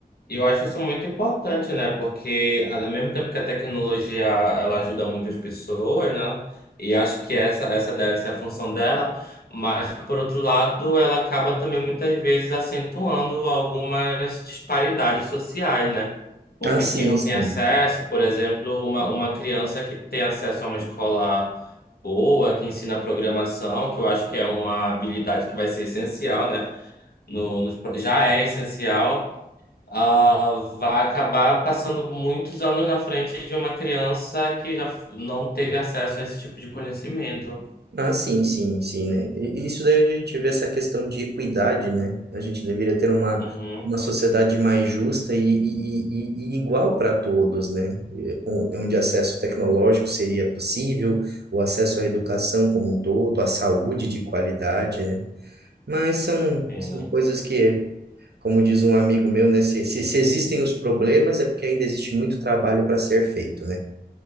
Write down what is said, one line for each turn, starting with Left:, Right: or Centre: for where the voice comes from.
Left: E eu acho isso muito importante, né? Porque ao mesmo tempo que a tecnologia ela ajuda muitas pessoas, né? E acho que essa, essa deve ser a função dela, mas por outro lado, ela acaba também muitas vezes acentuando algumas disparidades sociais, né? Porque
Right: Ah, sim,
Left: quem não
Right: sim.
Left: tem acesso, por exemplo, uma, uma criança que tem acesso a uma escola boa, que ensina programação, que eu acho que é uma habilidade que vai ser essencial, né? no, nos pro- já é essencial, ah, vai acabar passando muitos anos na frente de uma criança que já f- não teve acesso a esse tipo de conhecimento.
Right: Ah, sim, sim, sim, né? E e isso daí é onde a gente vê essa questão de equidade, né? A gente deveria ter uma,
Left: Uhum,
Right: uma sociedade mais justa e, e, e, e igual para todos, né? E on- Onde acesso tecnológico seria possível, o acesso à educação como um todo, à saúde de qualidade, né? Mas são,
Left: sim.
Right: são coisas que, como diz um amigo meu, né? Se, se, se existem os problemas, é porque ainda existe muito trabalho para ser feito, né?